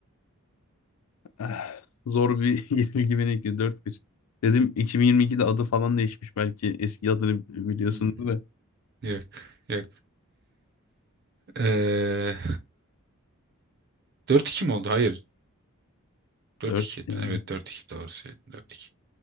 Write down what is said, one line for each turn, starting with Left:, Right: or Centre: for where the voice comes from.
Left: Eh, Zor bir <laughs> yenilgi beni bekliyor. 4-1. Dedim 2022'de adı falan değişmiş belki. Eski adını biliyorsundur
Right: Hmm.
Left: da.
Right: Yok. Yok. Ee, 4-2 mi oldu? Hayır. dört
Left: dört
Right: iki
Left: iki yani.
Right: Evet dört iki doğru söyledin. dört iki